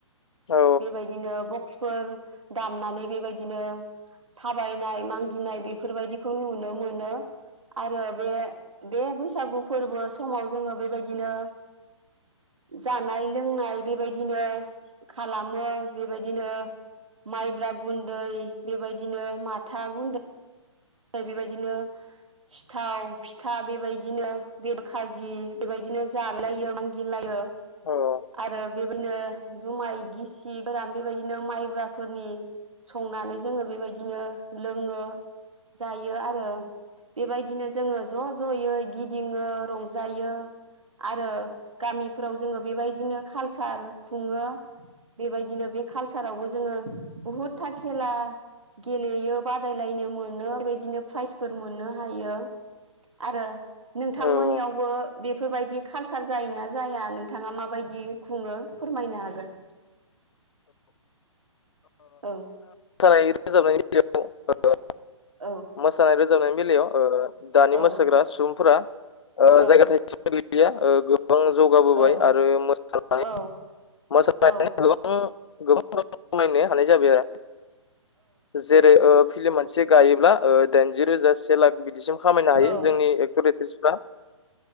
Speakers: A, on the left; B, on the right.
A: औ
B: बेबायदिनो बक्स फोर दामनानै बेबायदिनो थाबायनाय मागिनाय बेफोरबायदिखौ नुनो मोनो। आरो बे बे बैसागु फोरबो समाव जोङो बेबायदिनो जानाय-लोंनाय बेबायदिनो खालामो बेबायदिनो माइब्रा गुन्दै बेबायदिनो माथा गुन्दै बेबायदिनो सिथाव फिथा बेबायदिनो बेदर खाजि बेबायदिनो जालायो मागिलायो
A: औ
B: आरो बेबायदिनो जुमाय गिसि गोरान बेबायदिनो माइ ग्राफोरनि संनानै जोङो बेबायदिनो लोङो जायो आरो बेबायदिनो जोङो ज' ज'यै गिदिङो रंजायो आरो गामिफोराव जोङो बेबायदिनो खालसार खुङो। बेबायदिनो बे खालसारावबो जोङो बुहुदथा खेला गेलेयो बादायलायनो मोनो। बेबायदिनो प्राइजफोर मोननो हायो आरो नोंथांमोननियावबो
A: औ औ औ
B: बेफोरबायदि खालसार जायोना जाया नोंथाङा माबायदि खुङो फोरमायनो हागोन। <inaudible> औ
A: मोसानाय रोजाबनाय बेलायाव ओ
B: औ
A: मोसानाय रोजाबनायनि बेलायाव ओ दानि
B: औ
A: मोसाग्रा सुबुंफोरा ओ
B: औ
A: जायगा थाइसेम गोगैलिया ओ गोबां जौगाबोबाय
B: औ
A: आरो मोसानाय
B: औ
A: <unintelligible>
B: औ
A: सुबुं गोबां <unintelligible> हानाय जाबाय आरो जेरै ओ फिल्म मोनसे गायोब्ला ओ दाइनजि रोजा से लाख बिदिसिम खामायनो हायो
B: औ
A: जोंनि एक्टर एक्ट्रिसटफ्रा